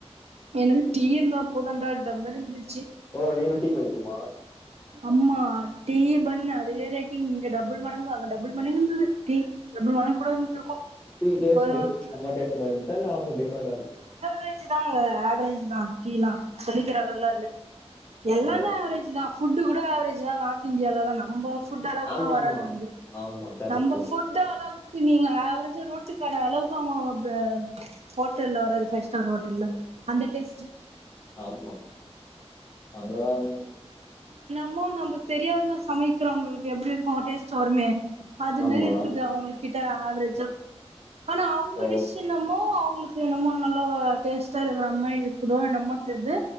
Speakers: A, on the right; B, on the left.
A: எனக்கு டீ இருந்தா போதுன்டாண்டறா மாரி இருந்துச்சி
B: ஓ நீங்களு டீ பைய்த்தியமா
A: அம்மா டீ பண் அதுவே ரேட்டிங் இங்க டபுள் மடங்கு அங்க டபுள் மடங்கு இருந்தது டீ டபுள் மடங்க கூட இருந்திருக்கு
B: டீ டேஸ்ட்
A: ஒரு
B: அம்மா டேஸ் மாரி இ த்ல்ல அவுங்க டிஃப்ரெண்ட்
A: ரேஜ் தாங்க ஆவரேஜ்தா டீல்லா சொல்லிக்கிற அளவுக்குல்லா இல்ல எல்லானே
B: ஓ
A: ஆவரேஜ்தா ஃபுட்டு கூட ஆவரேஜ்தா நார்த இந்தியாலல்லா நம்ப ஃபுட்டு அளவுக்குல்லா
B: ஆமா
A: வராது
B: ஆமா
A: அங்க
B: ஆமா கரெக்ட்டு
A: நம்ம ஃபுட்டு அளவு நீங்க ஆவரேஜா ரோட்டுகட அளவுக்கு அவுங்க பே ஹோட்டல்ல வராது பைஸ் ஸ்டார் ஹோட்டல்ல அந்த டேஸ்ட்
B: ஆமா அங்கதான
A: ன்னமோ நம்ம தெரியாம சமைக்கிறவங்களுக்கு எப்பிடி இருக்கு டேஸ்ட் வருமே அது
B: ஆமா
A: மேரி இருக்குது அவுங்குளுக் கிட்ட ஆவரேஜ் ஆனா அவுங்க
B: ஓ
A: டிஷ் என்னமோ அவுங் உங்களுக்கு என்னமோ நல்லா டேஸ்ட்டா இருக்கிற மாரி இருக்குதோ என்னமோ தெரியுது